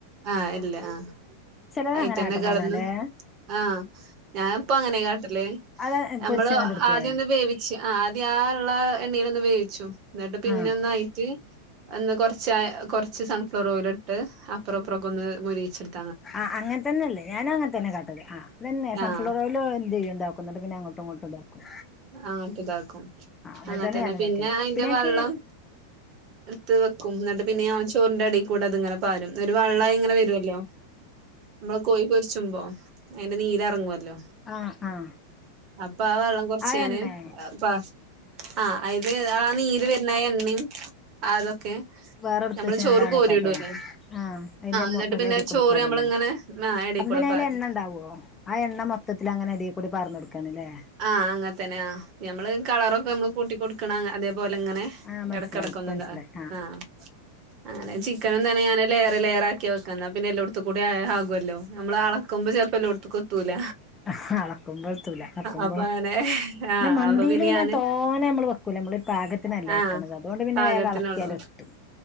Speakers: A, on the right; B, on the left.
A: ആഹ് ഇല്ല ആഹ്
B: ചിലര്
A: അയി
B: അങ്ങനെ
A: തന്നെ
B: ആട്ടണ
A: കെടന്ന്
B: കാണാല്ലേ
A: ആഹ് ഞാനിപ്പ അങ്ങനെ കാട്ടല്
B: അത്
A: നമ്മള്
B: പൊരിച്ചങ്ങാണ്ട് എടുക്കേ
A: ആദ്യം ഒന്ന് വേവി ച്ച് ആഹ് ആദ്യ ആള്ള എണ്ണയിലൊന്ന് വേവിച്ചു എന്നിട്ട് പിന്നെ
B: ആഹ്
A: ഒന്നായിട്ട് ഒന്ന് കുറച്ചാ കുറച്ച് സൺഫ്ലോർ ഓയില് എടുത്ത് അപ്പുറം ഇപ്പറൊക്കൊന്ന് മുരിയിച്ചെടു
B: അഹ് അങ്ങൻതന്നെല്ലേ ഞാന ങ്ങൻതന്നെ കാട്ടതല് ആതെന്നെ സൺഫ്ലവറേയില്
A: ആഹ്
B: എന്ത്യ്യ്ണ്ടാവും. കൊന്നട്ട് പിന്നെ അങ്ങോട്ടും ഇങ്ങോട്ടും ഇതാക്കും
A: അങ്ങ്ട്ട് ഇതാക്കും
B: ആഹ്
A: അങ്ങനെ തന്നെ
B: ഞാനും
A: പിന്നെ
B: വെക്കല്
A: അയിന്റെ
B: അയ്ക്ക്
A: വെള്ളം എടുത്ത് വെക്കും എന്നിട്ട് പിന്നെ ഞാൻ ചോറിന്റെ അടിയിൽ കൂടെ അതിങ്ങനെ പ്പാരും ഒരു വെള്ളായി ഇങ്ങനെ വരുല്ലോ നമ്മള് കോയി പൊരിച്ചുമ്പോ അയ്ന്റെ നീര് എറങ്ങുല്ലോ
B: ആഹ് ആഹ്
A: അപ്പൊ ആഹ് വെള്ളം കുറച്ചിങ്ങനെ
B: ആ എണ്ണേ
A: പസ് ആഹ് അയ്ല് ആഹ് നീര് വരുന്ന എണ്ണയും അതൊക്കെ
B: വേറെ എടുത്
A: നമ്മള്
B: വെച്ച്ങ്ങാട്ട്
A: ചോറ്
B: അങ്ങനെ
A: കോരിയിടൂല്ലേ
B: കാട്ടോ ആഹ് അയ്ന്റെ മു
A: എന്നിട്ട്
B: <unintelligible>
A: പിന്നെ
B: അടീകൂടെപ്പാരല്ലേ
A: ചോറ് നമ്മളിങ്ങനെ ആഹ് എടേക്കൂടെ
B: അപ്പൊ പിന്നെ അയ്ൽ
A: പാരും
B: എണ്ണ ണ്ടാവോ ആഹ് എണ്ണ മൊത്തത്തിൽ അങ്ങനെ അടീ ഇകൂടി പർന്നൊട്ക്കാണ്ല്ലേ
A: ആഹ് അങ്ങൻത്തന്നെ ആഹ് അമ്മള് കളറൊക്കെ മ്മള് കൂട്ടി കൊടുക്കണ അതേപോലെങ്ങനെ
B: ആഹ് മനസ്സിലായി
A: എടക്കിടക്കൊന്നുംന്താ
B: ഇപ്പ മനസ്സിലായി
A: ആഹ് അങ്ങനെ ചിക്കനെന്താ ഞാന് ലേയറ് ലെയറാ ക്കി വെക്കന്ന പിന്നെ എല്ലോട്തുക്കൂടേ ആകുഅല്ലോ നമ്മള് അളക്കുമ്പോ ചെൽപ്പോ എല്ലോട്തുക്കു എത്തൂല
B: അഹആണൊ ക്കുമ്പതൂല കത്തുമ്പോ
A: അപ്പൊ അങ്ങനെ ആഹ്
B: ന്ന മന്തില്
A: അപ്പൊ
B: പിന്നെ
A: ഞാന്
B: തോനെ മ്മള് വെക്കൂല നമ്മള് പാക ത്തിനല്ലേ
A: ആഹ്
B: വെക്കണത് അതോണ്ട് പിന്ന
A: പാകത്തിനുള്ളൂ
B: വേഗം എളക്കിയാൽ എട്ടും